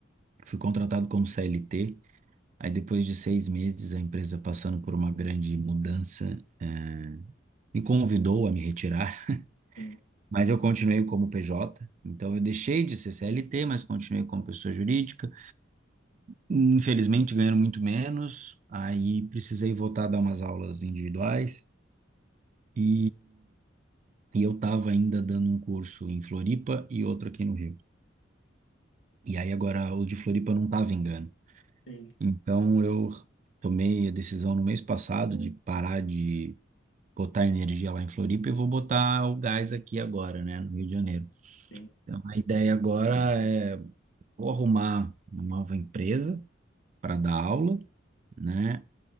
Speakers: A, on the right; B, on the left.
A: fui contratado como CLT. Aí depois de seis meses, a empresa passando por uma grande mudança, eh, me convidou a me retirar,
B: Sim,
A: mas eu continuei como PJ. Então eu deixei de ser CLT, mas continuei como pessoa jurídica. Infelizmente, ganhando muito menos, aí precisei voltar a dar umas aulas individuais e, e eu estava ainda dando um curso em Floripa e outro aqui no Rio. E aí agora o de Floripa não tá vingando.
B: sim,
A: Então eu tomei a decisão no mês passado de parar de botar energia lá em Floripa e vou botar o gás aqui agora, né, no Rio de Janeiro.
B: sim,
A: Então a ideia agora é vou arrumar uma nova empresa para dar aula né?